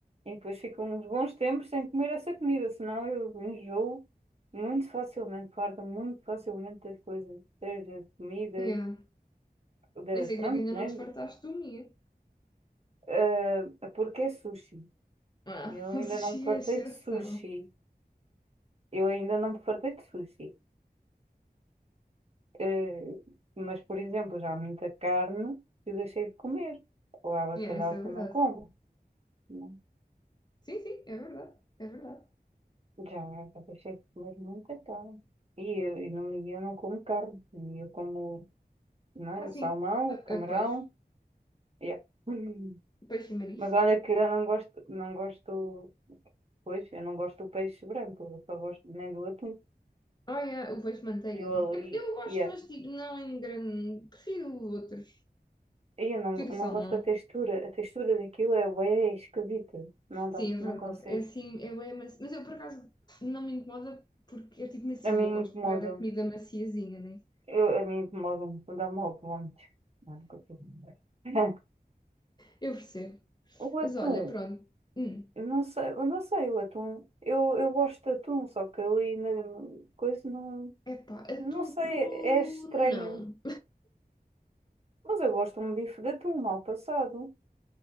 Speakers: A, on the right; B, on the left.
A: E depois fico uns bons tempos sem comer essa comida, senão eu enjoo muito facilmente, farto muito facilmente das coisas, das comidas,
B: yeah.
A: da,
B: Nem sei
A: pronto,
B: como é que ainda não
A: né?
B: desfartaste do minha.
A: Ah, porque é sushi.
B: Ah,
A: Eu
B: <laughs>
A: ainda
B: o sushi
A: não me fartei
B: é exceção.
A: de sushi. Eu ainda não me fartei de sushi. Eh, mas, por exemplo, já há muita carne que eu deixei de comer. Ou há bacalhau
B: Yeah, isso é
A: que
B: verdade.
A: eu não como. né?
B: Sim, sim, é verdade. É verdade.
A: Já, já deixei de comer muita carne. E eu, e no Miguel eu não como carne. E Eu como, não é,
B: Mas
A: o salmão,
B: sim, é
A: o camarão.
B: é peixe.
A: yeah. <laughs>
B: Peixe e marisco.
A: Mas olha que eu não gosto, não gosto, pois, eu não gosto do peixe branco. Eu só gosto nem do atum.
B: Ah, yeah, o peixe manteiga,
A: Eu
B: né? Eu,
A: ali,
B: eu gosto,
A: yeah.
B: mas digo não em grande. Prefiro outros.
A: E eu não,
B: Prefiro
A: não
B: salmão.
A: gosto da textura. A textura daquilo é bem esquisita. Não
B: Sim,
A: dá,
B: é verdade.
A: não consigo.
B: É assim, eu é macio. Mas eu por acaso não me incomoda porque é tipo macio
A: A mim
B: e eu gosto
A: incomoda
B: bem da comida maciazinha, né?
A: Eu, a mim incomoda-me, dá-me logo vómitos. Não, não consigo. <laughs>
B: Eu percebo.
A: O atum,
B: Mas olha, pronto. Hum.
A: não sei, eu não sei, o atum, eu, eu gosto de atum, só que ali na coisa não,
B: Epá, atum
A: não sei,
B: cru
A: é estranho,
B: não.
A: mas eu gosto de um bife de atum mal passado,